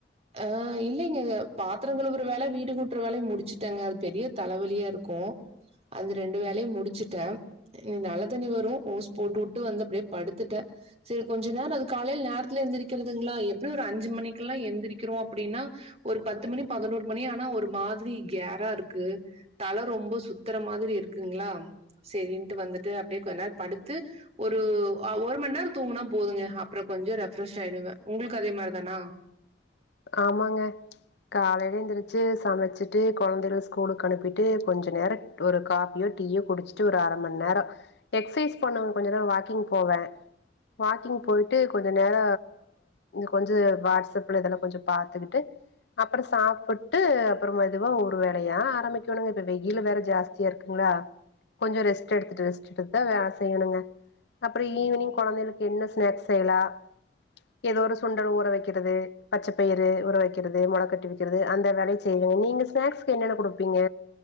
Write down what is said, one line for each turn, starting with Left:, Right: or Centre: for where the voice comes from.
Right: ஆ இல்லைங்க பாத்தர கழுவுற வேல வீடு கூட்டுற வேலயும் முடிச்சுட்டேங்க அது பெரிய தலைவலியாருக்கு அந்த ரெண்டு வேலையு முடிச்சுட்டே ம் நல்ல தண்ணி வரும் ஓஸ் போட்டுவுட்டு வந்து அப்டியே படுத்துட்டே சேரி கொஞ்ச நேர அது காலையில நேரத்துல எந்திரிக்கிறதுங்களா எப்டியு ஒரு அஞ்சு மணிக்கெல்லா எழுந்திரி கிறோம் அப்டின்னா ஒரு பத்து மணி பதினோரு மணி ஆனா ஒரு மாதிரி கேரா இருக்கு தல ரொம்ப சுத்தர மாதிரி இருக்குங்களா சேரின்ட்டு வந்துட்டு அப்டியே கொஞ்ச நேர படுத்து ஒரு ஒரு மணி நேர தூங்குனா போதுங்க அப்றோ கொஞ்சோ ரெஃப்ரஷ் ஆயிடுவே உங்களுக்கு அதே மாதிரி தானா
Left: ஆமாங்க காலையில எந்திரிச்சு சமைச்சிட்டு கொழந்தையள ஸ்கூலுக்கு அனுப்பிட்டு கொஞ்ச நேர ஒரு காபியோ டீயோ குடிச்சுட்டு ஒரு அர மணி நேர எக்சைஸ் பண்ணுவே கொஞ்ச நேர வாக்கிங் போவே வாக்கிங் போய்ட்டு கொஞ்ச நேர கொஞ்ச வாட்ஸப்ல எதனா கொஞ்ச பாத்துகிட்டு அப்புறம் சாப்புட்டு அப்புறம் மெதுவா ஒரு வேலையா ஆரம்பிக்கனுங்க வெயில் வேற ஜாஸ்தியா இருக்குங்ளா கொஞ்சோ ரெஸ்ட் எத்துட்டு ரெஸ்ட் எடுத்து தா வேல செய்யனுங்க அப்புறோ
Right: ஆ
Left: ஈவினிங் கொழந்தைகளுக்கு என்ன ஸ்நெக்ஸ் செய்யலா ஏதோ ஒரு சுண்டல் ஊற வெக்கிறது பச்ச பயிரு ஊற வைக்கிறது மொள கட்டி வக்கிறது அந்த வேலையு செய்வங்க நீங்க ஸ்நாக்ஸ்க்கு என்னென்ன குடுப்பீங்க